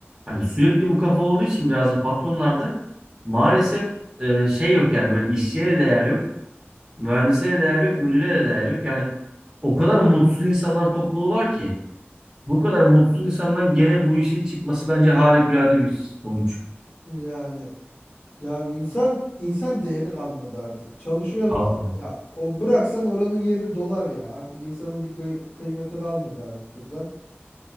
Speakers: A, on the right (about 15°); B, on the left (about 55°).
A: Hani sürekli bu kafa olduğu için biraz da patronlarda maalesef e, şey yok yani böyle işçiye de değer yok, mühendise de değer yok, müdüre de değer yok. Yani o kadar mutsuz insanlar topluluğu var ki bu kadar mutsuz insandan gene bu işin çıkması bence harikulade bir sonuç.
B: Yani ya insan insan değeri kalmadı artık. Çalışıyoruz
A: Tamam.
B: da. Ya o bıraksan oranın yeri dolar ya. Artık insanın bir kıy- kıymeti kalmadı artık burada.